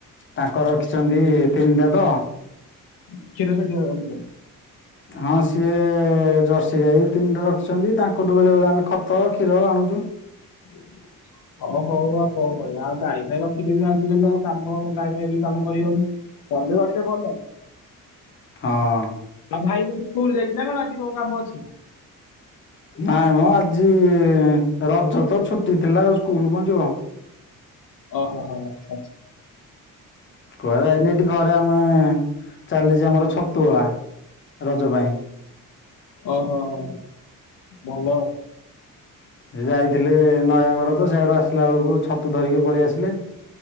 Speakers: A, on the left; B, on the left.
A: ତାଙ୍କର ରଖିଚନ୍ତି ତିନିଟାତ
B: କ୍ଷୀର ସେଠି ଦବାକୁ ଯାଉ।
A: ହଁ ସିଏ ଜର୍ସି ଗାଈ ତିନିଟା ରଖିଛନ୍ତି ତାଙ୍କଠୁ ବେଳେ ବେଳେ ଆମେ ଖତ କ୍ଷୀର ଆଣୁଚୁ।
B: <inaudible> ଅଁ ହଉ ହଉ ଆଉ କଣ କରିବା ଆଉ ଗାଈ ଫାଇ ରଖିଲେବି ଆଜିକାଲି ଆଉ କାମ ଗାଈ ଫାଇବି କାମ କରିହଉନି। ଷଣ୍ଢ ରହିଲେ ଭଲ?
A: ହଁ
B: ଆଉ ଭାଇତୁ ସ୍କୁଲ ଯାଇଚିନା କଣ ଆଜି କଣ କାମ ଅଛି?
A: ନାଇଁ ମୋ ଆଜି ରଜତ ଛୁଟି ଥିଲା ଆଉ ସ୍କୁଲ୍ କଁ ଯିବ।
B: ଓହୋ ହୋ ଆଚ୍ଛା।
A: କୁଆଡ଼େ ଯାଇନି ଏଠି ଘରେ ଆମେ ଚାଲିଚି ଆମର ଛତୁଆ ରଜ ପାଇଁ।
B: ଓହୋ ହୋ ଭଲ।
A: ଯାଇଥିଲେ ନୟାଗଡ଼ତ ସେଇଆଡ଼ୁ ଆସିଲା ବେଳକୁ ଛତୁ ଧରିକି ପଳେଇଆସିଲେ